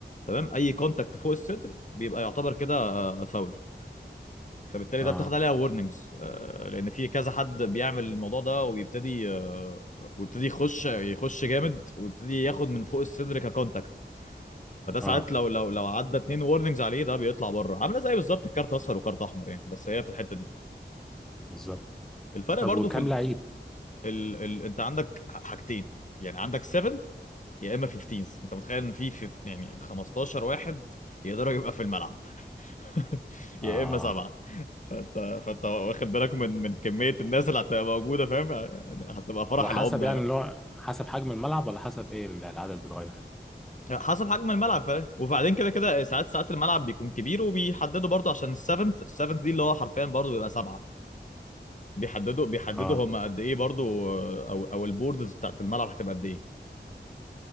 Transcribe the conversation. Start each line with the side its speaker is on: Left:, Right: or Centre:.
Left: تمام اي كونتاكت فوق الصدر بيبقى يعتبر كده آه، فاول فبالتالي
Centre: اه
Left: ده بتاخد عليها وورنينجز لان في كذا حد بيعمل الموضوع ده ويبتدي آه، ويبتدي يخش يخش جامد ويبتدي ياخد من فوق الصدر ككونتاكت فده ساعات
Centre: اه
Left: لو لو لو عدى اتنين وورنينجز عليه ده بيطلع بره عامله زي بالظبط الكارت اصفر وكارت احمر يعني بس هي في الحته دي
Centre: بالظبط
Left: الفرق
Centre: طب
Left: برضو
Centre: وكام
Left: في ال...
Centre: لعيب
Left: ال... ال... انت عندك حاجتين يعني عندك 7 يا اما 15 انت متخيل ان في في- يعني 15 واحد يقدروا يبقى في الملعب <laughs> يا
Centre: اه
Left: اما سبعه فانت فانت واخد بالك من من كميه الناس اللي هتبقى موجوده فاهم يعني هتبقى فرح
Centre: هو
Left: العمده
Centre: حسب يعني
Left: يعني.
Centre: اللي هو حسب حجم الملعب ولا حسب ايه ال- العدد بيتغير
Left: حسب حجم الملعب فاهم وبعدين كده كده ساعات ساعات الملعب بيكون كبير وبيحددوا برضو عشان السفنت السفنت دي اللي هو حرفيا برضو بيبقى سبعه بيحددوا بيحددوا
Centre: اه
Left: هم قد ايه برضو او او البوردز بتاعت الملعب هتبقى قد ايه